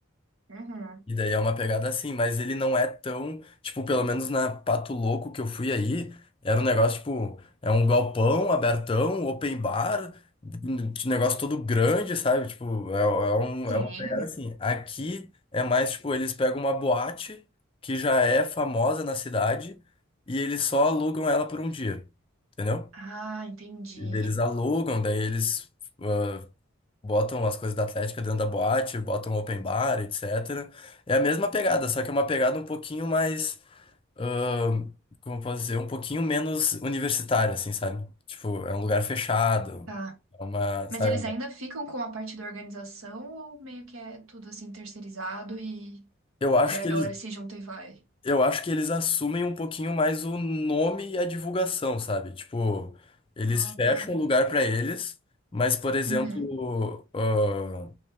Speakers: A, on the right (about 75°); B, on the left (about 25°).
A: Uhum.
B: E daí é uma pegada assim, mas ele não é tão, tipo, pelo menos na Pato Louco que eu fui aí, era um negócio, tipo, é um galpão abertão, open bar, um negócio todo grande, sabe? Tipo, é, é, um,
A: Sim.
B: é uma pegada assim. Aqui é mais, tipo, eles pegam uma boate que já é famosa na cidade e eles só alugam ela por um dia, entendeu?
A: Ah, entendi.
B: Eles alugam, daí eles ah, botam as coisas da Atlética dentro da boate, botam open bar, etc. É a mesma pegada, só que é uma pegada um pouquinho mais, ah, como eu posso dizer, um pouquinho menos universitária, assim, sabe? Tipo, é um lugar fechado,
A: Tá.
B: é uma,
A: Mas
B: sabe?
A: eles ainda ficam com a parte da organização ou meio que é tudo assim terceirizado e,
B: Eu acho
A: e daí a
B: que
A: galera
B: eles,
A: se junta e vai?
B: eu acho que eles assumem um pouquinho mais o nome e a divulgação, sabe? Tipo, eles
A: Ah,
B: fecham
A: tá.
B: o lugar pra eles, mas, por exemplo,
A: Uhum.
B: ah,